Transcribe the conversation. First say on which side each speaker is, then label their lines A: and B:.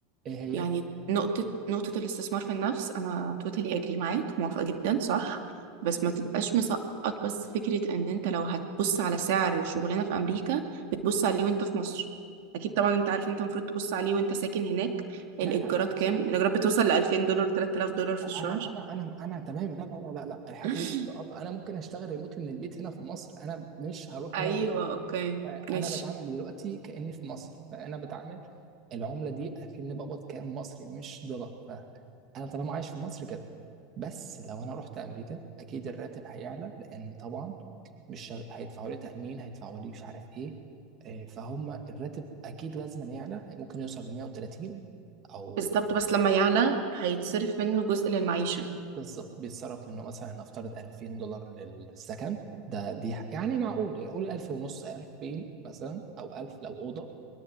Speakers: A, on the right; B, on the right.
A: ايه هي
B: يعني نقطة نقطة الاستثمار في النفس أنا توتالي أجري معاك موافقة جدا صح بس ما تبقاش مسقط بس فكرة إن أنت لو هتبص على سعر الشغلانة في أمريكا بتبص عليه وأنت في مصر أكيد طبعا أنت عارف أنت المفروض تبص عليه وأنت ساكن هناك الإيجارات
A: لا لا
B: كام
A: لا
B: الإيجارات بتوصل ل 2000 دولار 3000 دولار في الشهر
A: انا انا انا انا تمام لا لا لا لا لا، الحته
B: <laughs>
A: دي مش بتبقى- انا ممكن اشتغل ريموت من البيت هنا في مصر انا مش هروح
B: أيوه
A: هناك دلوقتي
B: أوكي ماشي
A: انا بتعامل دلوقتي كاني في مصر فانا بتعامل العمله دي اكني بقبض كام مصري مش دولار فانا طالما عايش في مصر كده بس لو انا رحت امريكا اكيد الراتب هيعلى لان طبعا مش شغ- هيدفعوا لي تامين هيدفعوا لي مش عارف ايه آه، فهم الراتب اكيد لازم يعلى ممكن يوصل ل 130 او
B: بالظبط بس لما يعلى هيتصرف منه جزء للمعيشة
A: بالظبط بيتصرف منه مثلا نفترض 2000 دولار للسكن ده دي يعني معقول يعني قول 1000 ونص 2000 مثلا او 1000 لو اوضه